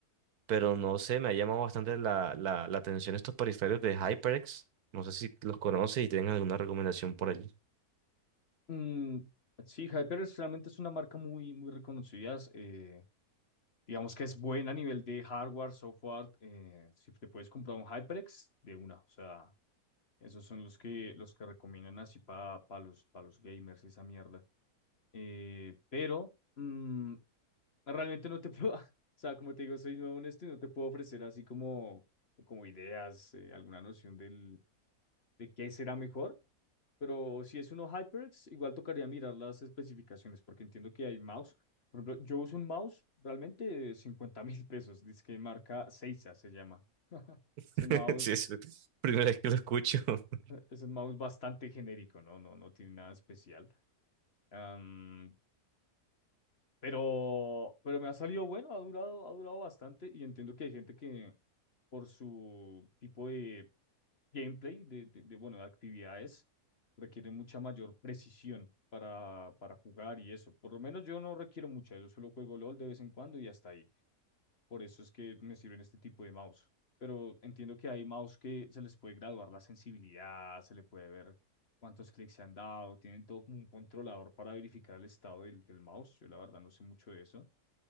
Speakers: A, on the right; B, on the left.
A: Pero no sé, me ha llamado bastante la, la, la atención estos periféricos de HyperX. No sé si los conoces y tienen alguna recomendación por allí.
B: Mm, sí, Hyper realmente es una marca muy, muy reconocida. eh, Digamos que es buena a nivel de hardware, software. eh, si te puedes comprar un HyperX de una, o sea, esos son los que, los que recomiendan así para los, para los gamers, esa mierda. Eh, pero mm, realmente no te puedo, <laughs> o sea, como te digo, soy nuevo en esto y no te puedo ofrecer así como, como ideas, eh, alguna noción del, de qué será mejor. Pero si es uno HyperX, igual tocaría mirar las especificaciones, porque entiendo que hay mouse. Por ejemplo, yo uso un mouse realmente de 50 <laughs> mil pesos, dice que marca Seiza se llama. <laughs>
A: <laughs>
B: Es un mouse,
A: Sí, es la primera vez que lo escucho. <laughs>
B: es un mouse bastante genérico, ¿no? No, no tiene nada especial. Am, pero, pero me ha salido bueno, ha durado, ha durado bastante y entiendo que hay gente que por su tipo de gameplay, de, de, de, bueno, de actividades, requiere mucha mayor precisión para, para jugar y eso. Por lo menos yo no requiero mucha, yo solo juego LOL de vez en cuando y hasta ahí. Por eso es que me sirven este tipo de mouse. Pero entiendo que hay mouse que se les puede graduar la sensibilidad, se le puede ver cuántos clics se han dado, tienen todo como un controlador para verificar el estado del, del mouse. Yo la verdad no sé mucho de eso,